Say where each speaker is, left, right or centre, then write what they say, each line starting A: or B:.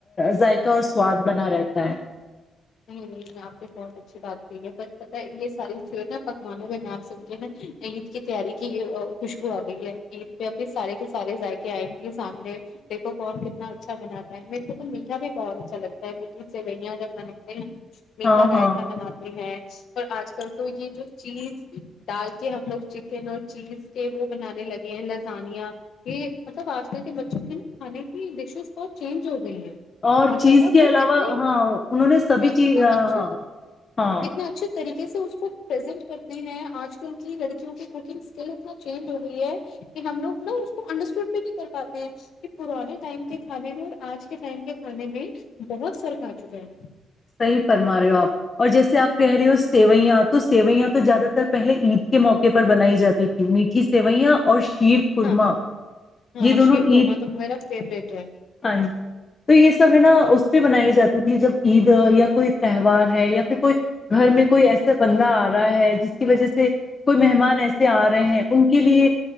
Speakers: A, on the left; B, on the left.
A: ذائقہ اور سواد بنا رہتا ہے <unintelligible>
B: نہیں نہیں آپ پ بہت اچھی بات کہی ہے بس پت یہ ساری جو نا پکوانوں کا نام سن کے نا عید کی تیاری کی خوشبو آ گئی ہے عید پہ انے سارے کے سارے ذائقے آئیں گے سامنے دیکھو کون کتنا اچھا بناتا ہے میرے کو تو میٹھا بھی بہت اچھا لگتا ہے میٹھی سے وہیاں جب <unintelligible> ایک <unintelligible> میٹھا
A: ہاں
B: رائتا
A: ہاں
B: بناتتے ہیں <unintelligible> اور آج کل تو یہ جو چیز ڈال کے ہم لوگ چکن اور چیز کے وہ بنانے لگے ہیں لذانیاں یہ مطلب آج کل کے بچوں کے نا کھانے کی ڈشیز بہت چینج ہو گئی ہیں <unintelligible>
A: اور
B: ماشاء
A: چیز
B: اللہ
A: کے
B: وہ
A: علاوہ
B: اتنے
A: ہاں انہوں نے سبھی
B: اتنا
A: <unintelligible> جز ہاں
B: اچھا
A: ہاں ہاں <unintelligible>
B: اتنا اچھے طریقے سے اس کو پرزینٹ کرتے ہیں آج کل کی لڑکیوں کی کوکنگ اسکل اتنا چینج ہو گئی ہے کہ ہم لوگ نا اس کو انڈرسٹینڈ بھی نہیں کر پاتے ہیں کہ پرانے ٹائم کے کھانے میں اور آج کے ٹائم کے کھانے میں بہت فرق آ چکا ہے
A: صحیح فرما رہے ہو آپ اور جیسے آپ کہہ رہے ہو سیوئیاں تو سیوئیاں تو زیادہ تر پہلے عید کے موقع پر بنائی جاتی تھی میٹھی سوئیاں اور شیر خورما
B: ہاں ہاں
A: یہ دونوں
B: شیر
A: عید
B: قورمہ تو میرا فیوریٹ ہے
A: ہاں جی تو یہ سب ہے نا اس بنائی جاتی تھی جب عید یا کوئی تہوار ہے یا پھر کوئی گھر میں کوئی ایسا بندہ آ رہا ہے جس کی وجہ سے کوئی مہمان ایسے آ رہے ہیں ان کے لیے